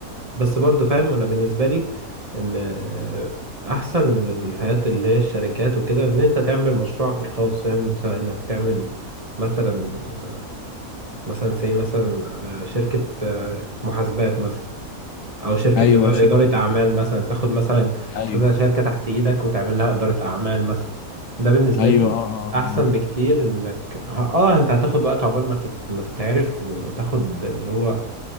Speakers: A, on the right (about 25°); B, on the left (about 70°).
A: بس برضو فاهم انا بالنسبه لي ان آه، احسن من الحياه اللي هي الشركات وكده ان انت تعمل مشروعك الخاص فاهم سواء انك تعمل مثلا مثلا زي مثلا آه، شركه آه، محاسبات مثلا او شركه
B: ايوه
A: إدا-
B: شركه
A: اداره اعمال مثلا تاخد مثلا
B: ايوه
A: كذا شركه تحت ايدك وتعمل لها اداره اعمال مثلا ده بالنسبه
B: ايوه
A: لي
B: اه اه
A: احسن
B: اه
A: بكتير انك ه- اه انت هتاخد وقت عقبال ما تت- ما تتعرف وتاخد اللي هو